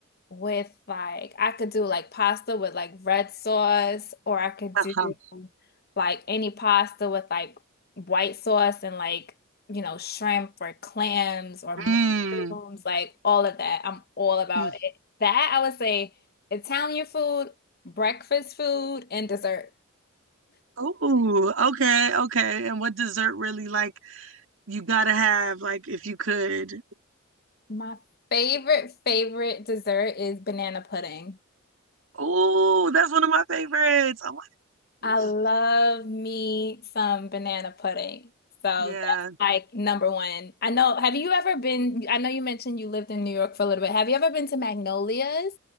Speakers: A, on the left (about 50°); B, on the right (about 65°).
A: with like, I could do like pasta with like red sauce, or I could
B: uh-huh,
A: do like any pasta with like white sauce and like, you know, shrimp or clams or
B: mm,
A: mushrooms, like all of that. I'm all about
B: mm.
A: it. That I would say Italian food, breakfast food, and dessert.
B: Oh, okay, okay. And what dessert really like you gotta have, like if you could.
A: My favorite, favorite dessert is banana pudding.
B: Oh, that's one of my favorites. Oh my
A: I
B: gosh.
A: love me some banana pudding. So
B: Yeah.
A: that's like number one. I know, have you ever been? I know you mentioned you lived in New York for a little bit. Have you ever been to Magnolia's?